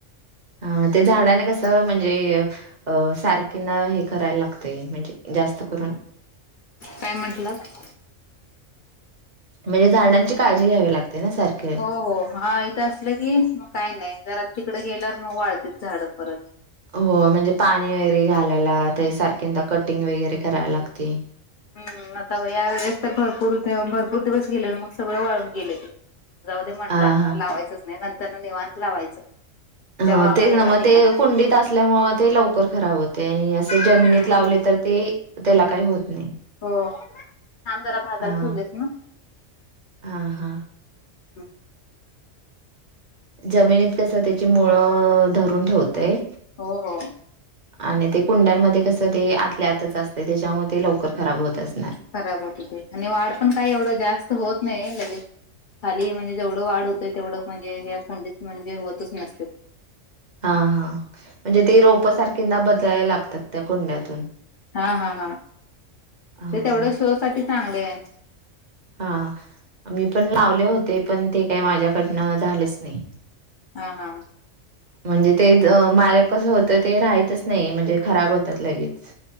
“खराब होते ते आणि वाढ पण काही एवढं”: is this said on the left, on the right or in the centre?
Left